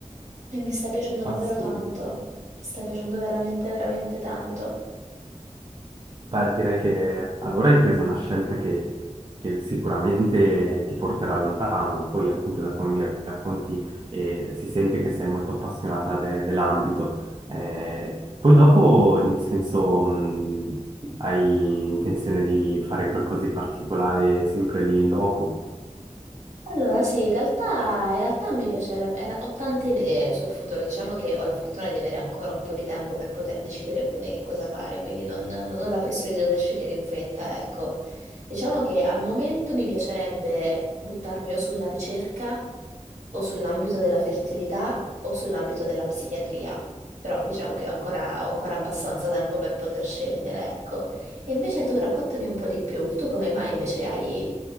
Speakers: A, on the right (about 65°); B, on the right (about 40°).
A: e mi sta piacendo davvero
B: Assurdo.
A: tanto, mi sta piacendo veramente, veramente tanto.
B: Beh, direi che allora hai preso una scelta che, che sicuramente ti porterà lontano. Poi, appunto, da come mi racconti, eh, si sente che sei molto appassionata de- dell'ambito. Eh, poi dopo, nel senso, mh, hai intenzione di fare qualcosa di particolare sempre lì in loco?
A: Allora, sì, in realtà, in realtà mi piacerebbe, era- ho tante idee sul futuro, diciamo che ho la fortuna di avere ancora un po' di tempo per poter decidere bene che cosa fare, quindi non, non ho la pressione di dover scegliere in fretta, ecco. Diciamo che al momento mi piacerebbe buttarmi o sulla ricerca, o sull'ambito della fertilità, o sull'ambito della psichiatria, però diciamo che ho ancora, ho ancora abbastanza tempo per poter scegliere, ecco. E invece tu raccontami un po' di più, tu come mai invece hai...